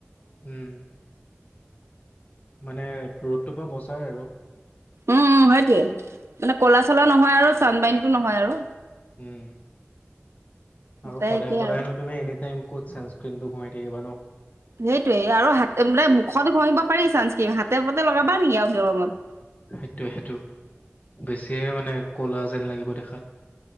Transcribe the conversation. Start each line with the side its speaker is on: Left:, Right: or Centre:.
Left: উম। মানে ৰ'দটোৰ পৰা বচাই আৰু
Right: উম, উম, সেইটোৱে মানে ক'লা চলা নহয় আৰু চান্বাননীতটো নহয় আৰু।
Left: উম,
Right: দুটাই
Left: আৰু সদায়
Right: একেই
Left: সদায়নো
Right: আৰু
Left: তুমি এনিটাইম ক'ত ছেনেস্কণটো ঘহি থাকিবা ন।
Right: সেইটোয়ে আৰু হাতে মানে মুখত ঘঁহিব পাৰি চানঞ্চ হাতে পাতে লগাবা নেকি আৰু গৰমত।
Left: হেইটো হেইটো বেছি মানে ক'লা যেন লাগিব দেখাত।